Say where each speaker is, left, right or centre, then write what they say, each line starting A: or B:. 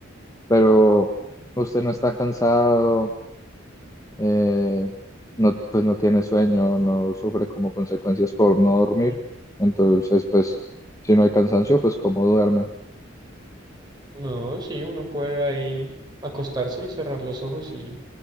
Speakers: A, on the left (about 15°); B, on the right (about 20°).
A: pero usted no está cansado. eh, no, pues no tiene sueño, no sufre como consecuencias por no dormir. Entonces, pues, si no hay cansancio, pues cómo duerme.
B: No, sí, uno puede ahí acostarse y cerrar los ojos y